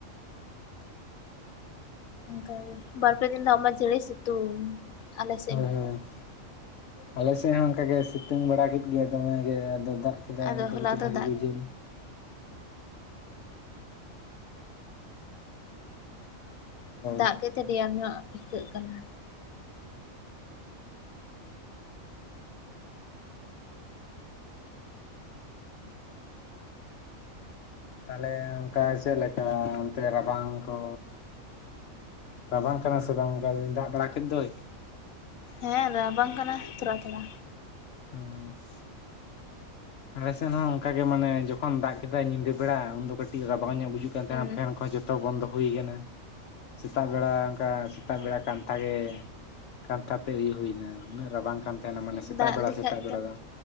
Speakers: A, on the left; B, on the left.
A: ᱚᱱᱠᱟᱜᱮ, ᱵᱟᱨᱯᱮ ᱫᱤᱱ ᱫᱟ ᱢᱟ ᱡᱷᱟᱲᱮ ᱥᱤᱛᱩᱝ᱾ ᱟᱞᱮ ᱥᱮᱫ
B: ᱦᱳᱭ
A: ᱢᱟ
B: ᱦᱳᱭ, ᱟᱞᱮ ᱥᱮᱫ ᱦᱚᱸ ᱚᱱᱠᱟ ᱜᱮ ᱥᱤᱛᱩᱝ ᱵᱟᱲᱟ ᱠᱮᱫ ᱜᱮ ᱫᱚᱢᱮ ᱜᱮ ᱟᱫᱚ ᱫᱟᱜ ᱠᱮᱫᱟᱭ
A: ᱟᱫᱚ ᱦᱚᱞᱟ
B: ᱠᱟᱴᱤᱡ ᱵᱷᱟᱜᱤ
A: ᱫᱚ ᱫᱟᱜ
B: ᱜᱮ ᱵᱩᱡᱷᱟᱹᱣᱮᱱᱟ᱾ ᱦᱳᱭ
A: ᱫᱟᱜ ᱠᱮᱫᱛᱮ ᱨᱮᱭᱟᱨ ᱧᱚᱜ ᱟᱹᱭᱠᱟᱹᱜ ᱠᱟᱱᱟ᱾
B: ᱛᱟᱦᱚᱞᱮ ᱚᱱᱠᱟ ᱪᱮᱫᱞᱮᱠᱟ, ᱚᱱᱛᱮ ᱨᱟᱵᱟᱝ ᱠᱚ? ᱨᱟᱵᱟᱝ ᱠᱟᱱᱟ ᱥᱮ ᱵᱟᱝ? ᱚᱱᱠᱟ ᱫᱟᱜ ᱵᱟᱲᱟ ᱠᱮᱫ ᱫᱚᱭ᱾
A: ᱦᱮᱸ, ᱨᱟᱵᱟᱝ ᱠᱟᱱᱟ ᱛᱷᱚᱨᱟ ᱛᱷᱚᱲᱟ᱾
B: <inaudible> ᱟᱞᱮ ᱥᱮᱱ ᱦᱚᱸ ᱚᱱᱠᱟ ᱜᱮ ᱢᱟᱱᱮ ᱡᱚᱠᱷᱚᱱ ᱫᱟᱜ ᱠᱮᱫᱟᱭ ᱧᱤᱫᱟᱹ ᱵᱮᱲᱟ ᱩᱱᱫᱚ ᱠᱟᱹᱴᱤᱡ ᱨᱟᱵᱟᱝ ᱧᱚᱜ ᱵᱩᱡᱩ <unintelligible>
A: ᱦᱩᱸ
B: ᱯᱷᱮᱱ ᱠᱚ ᱡᱚᱛᱚ ᱵᱚᱱᱫᱚ ᱦᱩᱭ ᱟᱠᱟᱱᱟ᱾ ᱥᱮᱛᱟᱜ ᱵᱮᱲᱟ ᱚᱱᱠᱟ ᱥᱮᱛᱟᱜ ᱵᱮᱲᱟ ᱠᱟᱱᱛᱷᱟᱜᱮ ᱠᱟᱱᱛᱷᱟ ᱛᱮ ᱩᱭᱩ ᱦᱩᱭᱱᱟ ᱩᱱᱟᱹᱜ ᱨᱟᱵᱟᱝ ᱠᱟᱱ ᱛᱟᱦᱮᱱᱟ ᱢᱟᱱᱮ ᱥᱮᱛᱟᱜ
A: ᱫᱟᱜ
B: ᱵᱮᱲᱟ
A: ᱞᱮᱠᱷᱟᱡ
B: ᱥᱮᱛᱟᱜ ᱵᱮᱲᱟ ᱫᱚ᱾